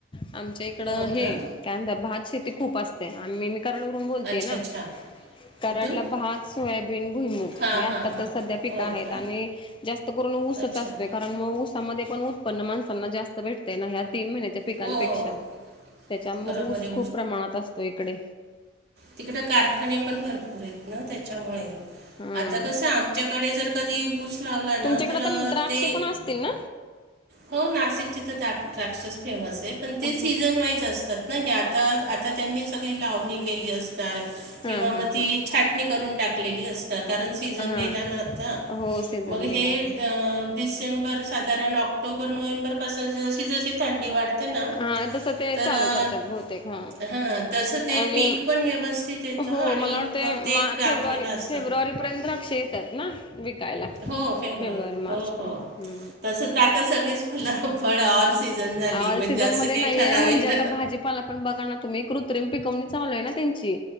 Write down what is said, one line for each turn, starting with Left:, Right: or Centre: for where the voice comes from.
Left: आमच्या इकडं
Right: हो
Left: हे
Right: का
Left: काय म्हणताय, भात शेती खूप असते आणि मी कराडवरून बोलतेये
Right: अच्छा
Left: ना.
Right: अच्छा
Left: कराडला
Right: कुठून
Left: भात, सोयाबीन, भुईमुख
Right: हां
Left: हे आत्ता
Right: हां हां
Left: तर सध्या पिकं
Right: हो
Left: आहेत
Right: का
Left: आणि जास्त करून ऊसच
Right: अच्छा
Left: असतोय का मग ऊसामध्ये पण उत्पन्न माणसांना जास्त भेटतय ना, ह्या तीन महिन्याच्या पिकांपेक्षा.
Right: हो हो
Left: त्याच्यामुळे
Right: बरोबर
Left: ऊस
Right: आहे
Left: खूप प्रमाणात असतो इकडे.
Right: तिकड कारखाने पण भरपूर आहेत ना त्याच्यामुळे,
Left: हा
Right: आता कसं आमच्या कडे जर कधी ऊस लावला ना,
Left: तुमच्याकडे
Right: तर
Left: आता द्राक्षे
Right: ते
Left: पण असतील ना
Right: हो नाशिकची तर द्राक्षच फेमस आहे. पण ते
Left: हो
Right: सीझन वाईज अस तात ना, हे आता आता त्यांनी सगळी लावणी केली असणार
Left: हां
Right: किंवा
Left: हां
Right: मग ती
Left: हां
Right: छाटणी करून टाकलेली अस ता. कारण सीजन
Left: हां
Right: गेला ना आता,
Left: हो सीझन
Right: मग
Left: गेला
Right: हे
Left: आता
Right: अ डिसेंबर ता साधारण ऑक्टोबर, नोव्हेंबरपासून जशी जशी थंडी वाढते ना
Left: हा तस ते
Right: तर
Left: च चालू
Right: अं,
Left: करत्यात बहुतेक हा,
Right: हां तसं ते
Left: आणि
Right: पीक पण व्यवस्थित येतं
Left: हो
Right: आणि
Left: मला वाट ते
Right: मग
Left: मा
Right: कापणीला
Left: फेब्रुवारी,
Right: असतं
Left: फेब्रुवारी पर्यंत द्राक्ष येत्यात ना, ते विकायला
Right: हो
Left: फेब्रुवारी,
Right: हो
Left: मार्चपर्यंत
Right: हो
Left: हू.
Right: तसं आता सगळीच म्हणलं फळ ऑल सीझन झाली
Left: ऑल
Right: म्हणजे
Left: सीझन
Right: असं
Left: मध्ये
Right: काही
Left: नाहीये
Right: ठराविक
Left: म्हणजे आता भाजीपाला पण बघा ना तुम्ही कृत्रिम पिकवणी चालू हाय ना त्यांची,